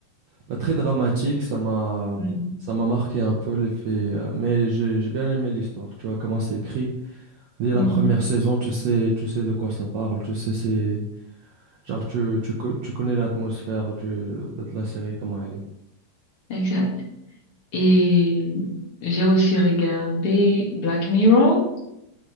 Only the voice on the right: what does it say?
bah, très dramatique. Ça m'a,
ça m'a marqué un peu l'effet. euh, mais j'ai, j'ai bien aimé l'histoire. Tu vois comment c'est écrit. Dès
la première saison, tu sais, tu sais de quoi ça parle. Tu sais, c'est genre tu, tu, co- tu connais l'atmosphère du, de la série, comment elle est.